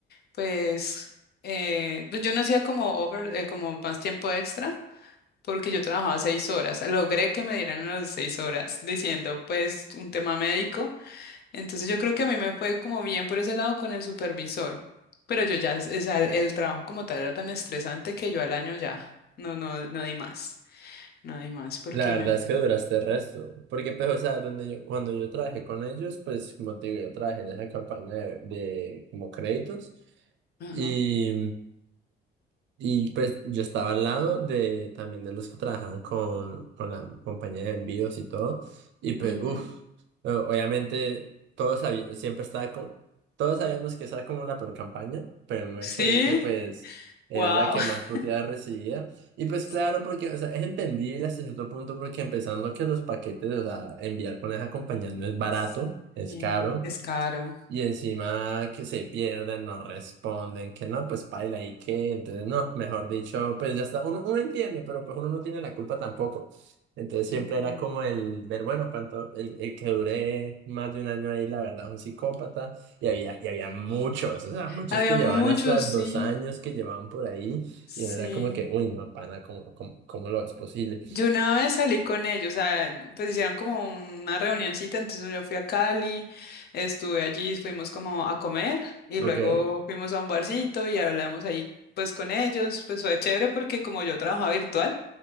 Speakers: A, on the left (about 55°); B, on the right (about 75°).
A: pues, eh, pues yo no hacía como over, eh, como más tiempo extra porque yo trabajaba seis horas. Logré que me dieran las seis horas diciendo pues un tema médico. Entonces yo creo que a mí me fue como bien por ese lado con el supervisor, pero yo ya, es- es al- el, trabajo como tal era tan estresante que yo al año ya, no, no, no di más, no di más porque
B: La verdad
A: me...
B: es que duraste el resto, porque pues, o sea, donde yo, cuando yo trabajé con ellos, pues, como te digo, yo trabajé en esa campaña de, de como créditos.
A: Ajá.
B: y Y pues yo estaba al lado de también de los que trabajaban con, con la compañía de envíos y todo. Y pues,
A: ujú.
B: uff, obviamente todos sabíamos, siempre estaba como, todos sabíamos que esa era como la peor campaña, pero el
A: Sí,
B: hecho de que pues era
A: wow.
B: la que
A: <laughs>
B: más puteadas recibía. Y pues
A: Sí.
B: claro, porque, o sea, es entendible hasta cierto punto porque empezando que los paquetes, o sea, enviar con esa compañía no es barato,
A: Sí,
B: es caro.
A: es caro.
B: Y encima que se pierden, no responden, que no, pues paila y que, entonces no, mejor dicho, pues ya está, uno, uno entiende, pero pues uno no tiene la culpa tampoco. Entonces
A: No.
B: siempre era como el ver, bueno, cuánto, el, el que duré más de un año ahí, la verdad, es un psicópata, y había, y había muchos, o sea, muchos
A: Había
B: que llevaban
A: muchos,
B: hasta dos
A: sí,
B: años que llevaban por ahí,
A: sí.
B: y uno era como que, uy, no, pana, ¿cómo, cómo, cómo lo es posible?
A: Yo una vez salí con ellos, o sea, pues hicieron como una reunioncita, entonces yo fui a Cali, estuve allí, fuimos como a comer y
B: ¿Ok?
A: luego fuimos a un barcito y hablamos ahí pues con ellos, pues fue chévere porque como yo trabajaba virtual,